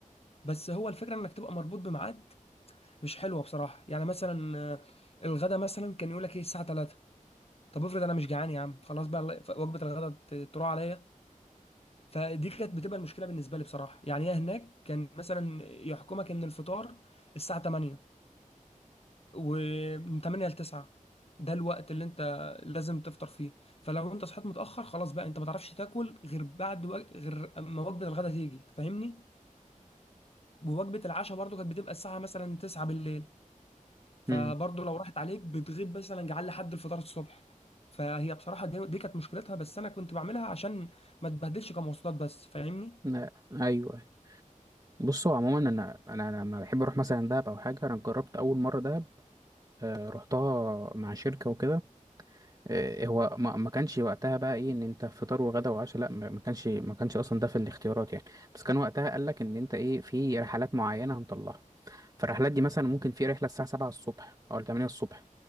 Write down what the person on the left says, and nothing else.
بس هو الفكرة انك تبقى مربوط بميعاد مش حلوة بصراحة يعني مثلا آه، الغدا مثلا كان يقول لك ايه الساعة 3 طب افرض انا مش جعان يا عم خلاص بقى الله- وجبة الغدا ت- تروح عليا فدي كانت بتبقى المشكله بالنسبه لي بصراحه يعني هي هناك كان مثلا يحكمك ان الفطار الساعه 8 ومن 8 ل 9 ده الوقت اللي انت لازم تفطر فيه فلو انت صحيت متاخر خلاص بقى انت ما تعرفش تاكل غير بعد وق... غير اما وجبه الغداء تيجي فاهمني ووجبه العشاء برضو كانت بتبقى الساعه مثلا 9 بالليل فبرضو
لو راحت عليك بتغيب مثلا جعان لحد الفطار الصبح فهي بصراحه دي, دي كانت مشكلتها بس انا كنت بعملها عشان ما تبهدلش كمواصلات بس فاهمني